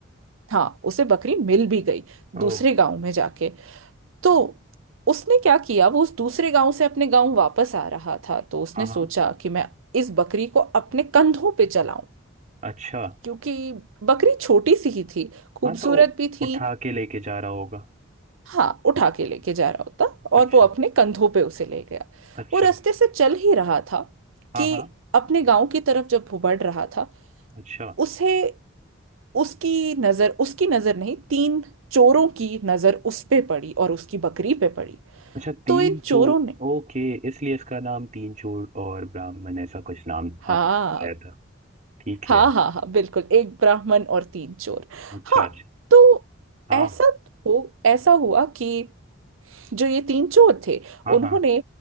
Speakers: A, on the right (about 85°); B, on the right (about 40°).
A: हाँ उसे बकरी मिल भी गई दूसरे
B: ओ
A: गांव में जाके तो उसने क्या किया वो उस दूसरे गांव से अपने गांव वापस आ रहा था तो उसने
B: हाँ हाँ
A: सोचा कि मैं इस बकरी को अपने कंधों पे चलाऊं
B: अच्छा
A: क्योंकि बकरी छोटी सी ही थी खूबसूरत
B: हाँ तो
A: भी थी
B: उठा के लेके जा रहा होगा
A: हाँ उठा के लेके जा रहा होता
B: अच्छा
A: और वो अपने कंधों पे उसे ले गया
B: अच्छा
A: वो रास्ते से चल ही रहा था
B: हाँ
A: कि
B: हाँ
A: अपने गांव की तरफ जब वो बढ़ रहा था
B: अच्छा
A: उसे उसकी नजर उसकी नजर नहीं तीन चोरों की नजर उस पे पड़ी और उसकी बकरी पे पड़ी
B: अच्छा तीन
A: तो इन चोरों
B: चूर
A: ने
B: ओके इसलिए इसका नाम तीन चूर और ब्राह्मण ऐसा कुछ नाम
A: हाँ
B: आपने बताया था ठीक
A: हाँ
B: है
A: हाँ हाँ बिल्कुल एक ब्राह्मण और तीन चोर
B: अच्छा
A: हाँ
B: अच्छा
A: तो
B: हाँ
A: ऐसा हो ऐसा हुआ कि जो ये तीन चोर थे
B: हाँ
A: उन्होंने
B: हाँ